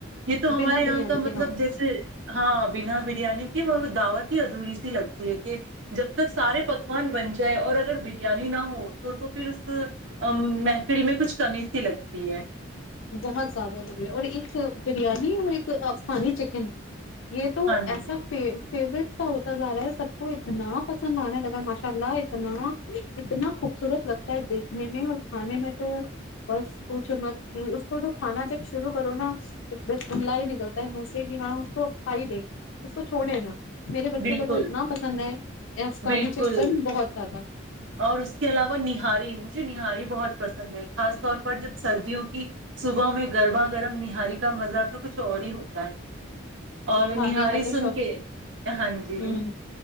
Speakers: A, on the right (about 70°); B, on the left (about 75°).
A: یہ تو ہمارے
B: بنا
A: یہاں
B: بریانی
A: کا مطلب
B: کے ہاں
A: جیسے <unintelligible> ہاں بنا بریانی کی وہ دعوت ہی ادھوری <unintelligible> لگتی ہے کہ جب تک سارے پکوان بن جائے اور اگر بریانی نہ ہو تو پھر اس ا میں <unintelligible> فل میں کچھ کمی سی لگتی ہے
B: بہت زیادہ ضر ہے اور ایک بریانی اور ایک آفسانی چکن <unintelligible> یہ تو
A: ہاں جی
B: ایسا ف فیوریٹ <unintelligible> ا ہوتا جا رہا ہے سب کو اتنا پسند آنے لگ رہا ہے ماشاء اللہ اتنا اتنا خوبصورت لگتا ہے دیکھنے میں اور کھانے میں تو بس اچمچ اس کو تو کھانا جب شروع کرو نا اس ب ملہ ہی نکلتا ہے مسے کی ہاں اس کو کھائی دے اس کو چھوڑے نا <unintelligible> بچوں
A: بالکل
B: کو تو اتنا پسند ہے افغانی
A: بالکل
B: چکن بہت زیادہ
A: اور اس کے علاوہ نہاری مجھے نہاری بہ بہت پسند ہے خاص طور پر جب سردیوں کی صبح میں گرما گرم نہاری کا مزہ تو کچھ اور ہی ہوتا ہے اور
B: کھانے
A: نہاری
B: کا تو
A: سن
B: شوق
A: کے ہاں جی
B: ہوں